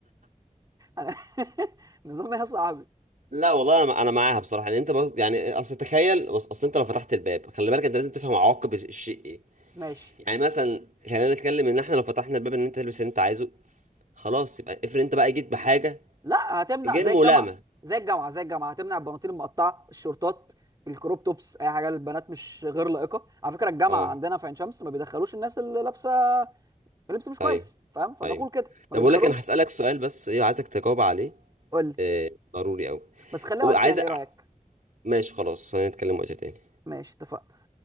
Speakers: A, on the right (about 30°); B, on the right (about 75°).
A: أنا- <laughs> نظام ايه يا صاحبي
B: لا والله انا انا معاها بصراحه يعني انت بص يعني اصل تخيل بص اصل انت لو فتحت الباب خلي بالك انت لازم تفهم عواقب الشيء إيه.
A: ماشي
B: يعني مثلا خلينا نتكلم ان احنا لو فتحنا الباب ان انت تلبس اللي انت عايزه خلاص يبقى افرض انت بقى جيت بحاجه
A: لا هتمنع
B: غير
A: زي
B: ملائمه
A: الجامعه زي الجامعه زي الجامعه هتمنع البناطيل المقطعه الشورتات الكروب توبس اي حاجه للبنات مش غير لائقه على فكره الجامعه
B: اه
A: عندنا في عين شمس ما بيدخلوش الناس اللي لابسه لبس مش كويس
B: ايوه
A: فاهم فنقول
B: ايوه
A: كده ما
B: طب
A: بيدخلوهمش
B: اقول لك انا هسالك سؤال بس ايه عايزك تجاوب عليه
A: قول لي
B: آه ضروري قوي
A: بس خليها
B: وعايز
A: وقت تاني ايه رايك
B: ماشي خلاص خلينا نتكلم وقت تاني
A: ماشي اتفقنا